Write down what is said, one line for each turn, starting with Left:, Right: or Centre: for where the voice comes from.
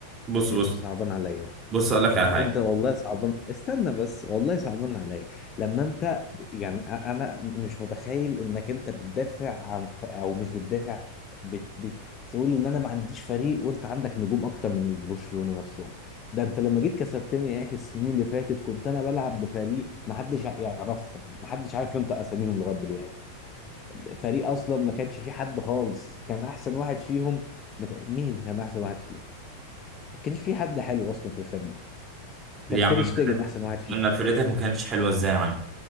Right: بص
Left: انتوا
Right: بص
Left: صعبان عليا
Right: بص اقول لك على حاجة
Left: انت والله صعبان استنى بس والله صعبان عليا لما انت يعني أ- انا مش متخيل انك انت بتدافع عن ف- او مش بتدافع بت... بتقول ان انا ما عنديش فريق وانت عندك نجوم اكتر من برشلونة نفسهم ده انت لما جيت كسبتني يا اخي السنين اللي فاتت كنت انا بلعب بفريق ما حدش يعرفهم ما حدش عارف ينطق اساميهم لغاية دلوقتي فريق اصلا ما كانش فيه حد خالص كان احسن واحد فيهم مت- مين كان احسن واحد فيهم ما كانش فيه حد حلو اصلا في الفريق
Right: ليه
Left: كان
Right: يا عم
Left: تير شتيجن
Right: فاتك
Left: احسن واحد فيه
Right: نفرتك ما كانتش حلوه ازاي يا عم